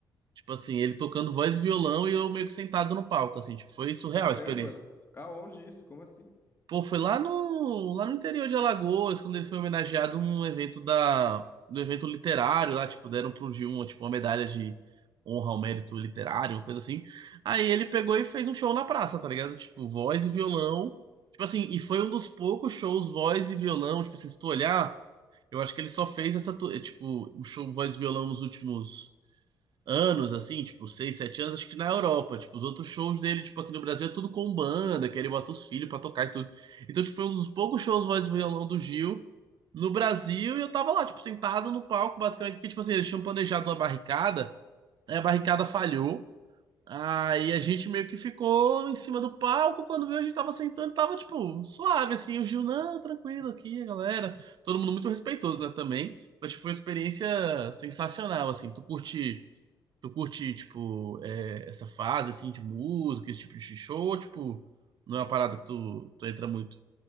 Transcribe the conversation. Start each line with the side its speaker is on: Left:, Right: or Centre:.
Right: Tipo assim, ele tocando voz e violão e eu meio que sentado no palco, assim. Tipo, foi surreal
Left: Caramba,
Right: a experiência.
Left: aonde isso? Como assim?
Right: Pô, foi lá no, lá no interior de Alagoas, quando ele foi homenageado num evento da, do evento literário lá, tipo, deram pro g um tipo, uma medalha de honra ao mérito literário, uma coisa assim. Aí ele pegou e fez um show na praça, tá ligado? Tipo, voz e violão. Tipo assim, e foi um dos poucos shows voz e violão, tipo assim, se tu olhar, eu acho que ele só fez essa, tu- é, tipo, o show voz e violão nos últimos anos, assim, tipo, seis, sete anos, acho que na Europa. Tipo, os outros shows dele, tipo, aqui no Brasil é tudo com banda, que ele bota os filhos pra tocar e tudo. Então, tipo, foi um dos poucos shows voz e violão do Gil no Brasil e eu tava lá, tipo, sentado no palco, basicamente, porque, tipo assim, eles tinham planejado uma barricada, aí a barricada falhou. Aí a gente meio que ficou em cima do palco. Quando viu, a gente tava sentando, tava tipo suave assim. O Gil, não, tranquilo aqui, galera. Todo mundo muito respeitoso, né? Também. Mas tipo, foi uma experiência sensacional, assim. Tu curte Tu curte, tipo, é, essa fase, assim, de música, esse tipo de show? Ou, tipo, não é uma parada que tu, tu entra muito?